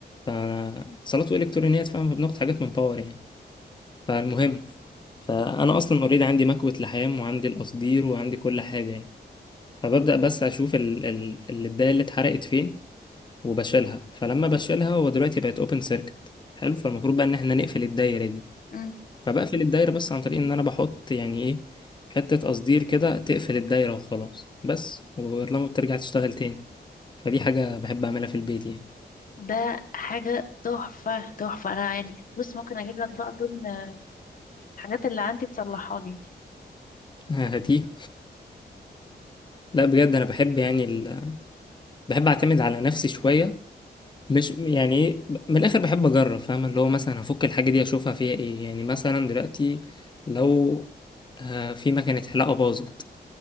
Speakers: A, on the left; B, on the left.
A: فانا اتصالات والكترونيات فاهم بناخد حاجات من باور يعني فالمهم فانا اصلا اوريدي عندي مكوة لحام وعندي القصدير وعندي كل حاجة يعني فببدأ بس اشوف ال- ال- الداية اللي اتحرقت فين وبشيلها فلما بشيلها هو دلوقتي بقت اوبن سيركت حلو فالمفروض بقى ان احنا نقفل الدايرة دي
B: امم
A: فبقفل الدايرة بس عن طريق ان انا بحط يعني ايه حتة قصدير كده تقفل الدايرة وخلاص بس ولما بترجع تشتغل تاني فدي حاجة بحب اعملها في البيت يعني
B: ده حاجه تحفه تحفه انا يعني بص ممكن اجيب لك بقى ضمن الحاجات اللي عندي تصلحها لي
A: <laughs> هاتيه لا بجد انا بحب يعني ال... بحب اعتمد على نفسي شوية مش يعني ايه من الاخر بحب اجرب فاهم اللي هو مثلا هفك الحاجه دي اشوفها فيها ايه يعني مثلا دلوقتي لو آه، في مكنه حلاقه باظت